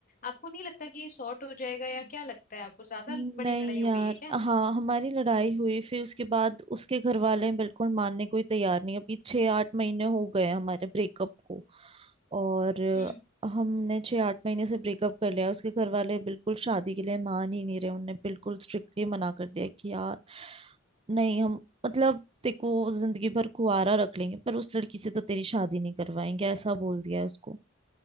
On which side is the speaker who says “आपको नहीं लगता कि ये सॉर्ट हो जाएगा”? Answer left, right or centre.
Left